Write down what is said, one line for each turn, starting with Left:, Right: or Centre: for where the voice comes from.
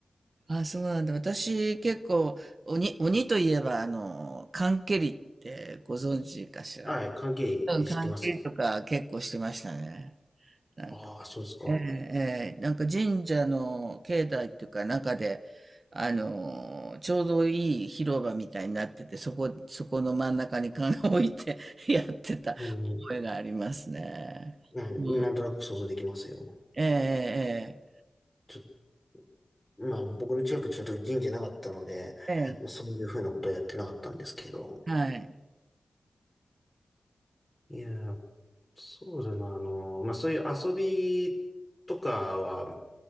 Right: ああ、そうなんだ。私、結構、鬼、鬼といえば、あの、缶蹴りってご存知かしら。
Left: はい、関係知ってますよ。
Right: うん、缶蹴りとか結構してましたね。なんか、
Left: ああ、そうですか。
Right: ええ、ええ、なんか神社の境内っていうか中で、あの、ちょうどいい広場みたいになってて、そこ、そこの真ん中に缶を置いて <laughs> やってた
Left: うん、
Right: 覚えがありますね。
Left: うん、
Right: うん、
Left: なんとなく想像できますよ。
Right: ええ、
Left: ちょ、まあ僕の近くちょっと神社なかったので、
Right: ええ、え
Left: そういうふうなことはやってなかったんですけど。
Right: え、はい。
Left: いやーそうだな、あの、まあ、そういう遊びとかは、